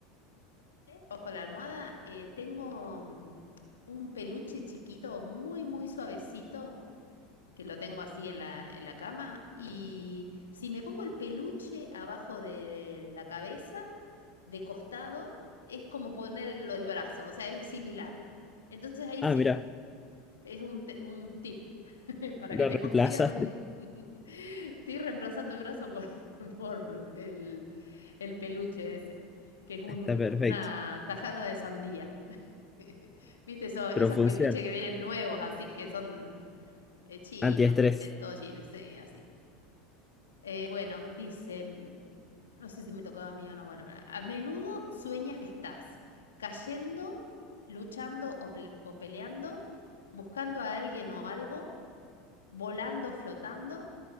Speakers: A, on the left; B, on the left.
A: Ojo la almohada, eh, tengo mm, un peluche chiquito, muy, muy suavecito, que lo tengo así en la, en la cama. Y si me pongo el peluche abajo de la cabeza, de costado, es como ponerlo el brazo, o sea, es similar. Entonces ahí
B: Ah,
A: sí,
B: mira,
A: es un, te- un tip <laughs> para
B: lo
A: que te
B: reemplazaste,
A: consigas un... <laughs> Estoy reemplazando el brazo por, <laughs> por el, el peluche ese, que es un-
B: <laughs> está perfecto.
A: una tajada de sandía. <laughs> Viste eso- esos
B: Pero funciona.
A: peluches que vienen nuevos, así que son eh, chinos,
B: Antiestrés.
A: viste, todos chinos, sí, así. Eh, bueno, dice, mm, no sé si me tocaba a mí o no, bueno, pero a menudo sueñas que estás cayendo, luchando o, ple- o peleando, buscando a alguien o algo, volando, flotando.